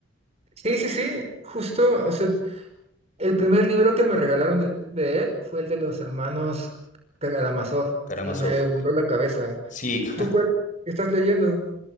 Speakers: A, on the right (about 30°); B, on the left (about 40°).
A: Sí, sí, sí, justo, o sea, el primer libro que me regalaron de, de él fue el de los hermanos Karamazov
B: Karamazov.
A: y me voló la cabeza.
B: Sí, <laughs>
A: ¿Tú cuál estás leyendo?